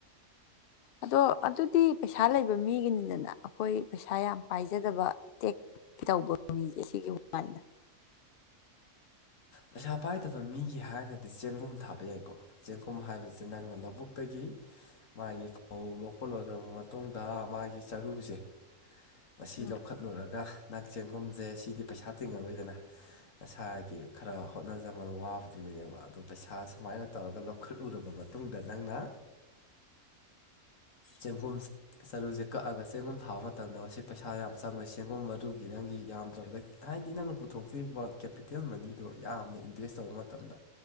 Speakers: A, on the left; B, on the left.
A: ꯑꯗꯣ ꯑꯗꯨ ꯤ ꯄꯩꯁꯥ ꯂꯩꯕ ꯃꯤꯒꯤꯅꯤꯗꯅ ꯑꯩꯈꯣꯏ ꯄꯩꯁꯥ ꯌꯥꯝ ꯄꯥꯏꯖꯗꯕ ꯇꯦꯛ ꯇꯧꯕ ꯃꯤꯁꯦ ꯁꯤꯒꯤ ꯋꯥꯥꯟꯗ
B: ꯄꯩꯁꯥ ꯄꯥꯏꯗꯕ ꯃꯤꯒꯤ ꯍꯥꯏꯔꯒꯗꯤ ꯆꯦꯡꯒꯨꯝ ꯊꯥꯕ ꯌꯥꯏꯀꯣ ꯆꯦꯡꯒꯨꯝ ꯍꯥꯏꯕꯁꯤ ꯅꯪꯅ ꯂꯧꯕꯨꯛꯇꯒꯤ
A: <inaudible>
B: ꯃꯥꯒꯤ ꯐꯧ ꯂꯣꯛꯄ ꯂꯣꯏꯈ꯭ꯔꯕ ꯃꯇꯨꯡꯗ ꯃꯥꯒꯤ ꯆꯔꯨꯁꯦ ꯃꯁꯤ
A: ꯎꯝ
B: ꯂꯧꯈꯠꯂꯨꯔꯒ ꯅꯥꯛ ꯆꯦꯡꯒꯨꯝꯁꯦ ꯁꯤꯗꯤ ꯄꯩꯁꯥ ꯇꯤꯡꯉꯔꯣꯏꯗꯅ ꯃꯁꯥꯒꯤ ꯈꯔ ꯍꯣꯠꯅꯖꯃꯅ ꯋꯥꯕꯗꯨꯅꯦꯅꯦꯕ ꯑꯗ ꯄꯩꯁꯥ ꯁꯨꯃꯥꯏꯅ ꯇꯧꯔꯒ ꯂꯧꯈꯠꯂꯨꯔꯕ ꯃꯇꯨꯡꯗ ꯅꯪꯅ
A: <inaudible>
B: ꯆꯒꯨꯝ ꯆꯔꯨꯁꯦ ꯀꯛꯑꯒ ꯆꯦꯡꯒꯨꯝ ꯊꯥꯕ ꯃꯇꯝꯗ ꯃꯁꯤ ꯄꯩꯁꯥ ꯌꯥꯝ ꯆꯪꯉ ꯆꯦꯡꯒꯨꯝ ꯃꯔꯨꯒꯤ ꯅꯪꯒꯤ ꯌꯥꯝꯗ꯭ꯔꯕꯗ ꯍꯥꯏꯗꯤ ꯅꯪꯅ ꯄꯨꯊꯣꯛꯇꯣꯔꯤꯕ ꯀꯦꯄꯤꯇꯦꯜ ꯑꯗꯣ ꯌꯥꯝꯅ ꯏꯟꯚꯦꯁ ꯇꯧꯕ ꯃꯇꯝꯗ